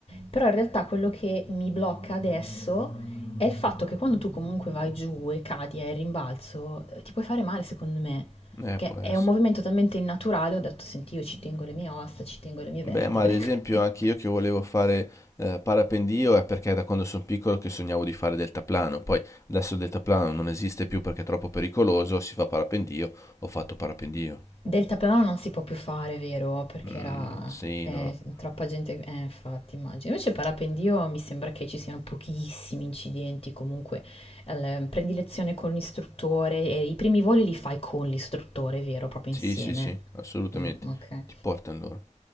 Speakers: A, on the left; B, on the left.
A: però in realtà quello che mi blocca adesso è il fatto che quando tu comunque vai giù e cadi e rimbalzo, eh, ti puoi fare male secondo me,
B: Eh,
A: perché
B: può essere.
A: è un movimento talmente innaturale, ho detto, senti, io ci tengo le mie ossa, ci tengo le mie
B: Beh,
A: vertebre.
B: ma ad esempio
A: <laughs>
B: anche io che volevo fare eh, parapendio è perché da quando sono piccolo che sognavo di fare deltaplano. Poi adesso il deltaplano non esiste più perché è troppo pericoloso, si fa parapendio, ho fatto parapendio.
A: Deltaplano non si può più fare, vero? Perché
B: Mm,
A: era
B: sì,
A: eh,
B: no.
A: troppa gente, eh, infatti, immagino. Invece parapendio mi sembra che ci siano pochissimi incidenti, comunque al- prendi lezione con l'istruttore e i primi voli li fai con l'istruttore, vero? Proprio
B: Sì,
A: insieme.
B: sì, sì, assolutamente.
A: Mm, ok.
B: Ti porto allora.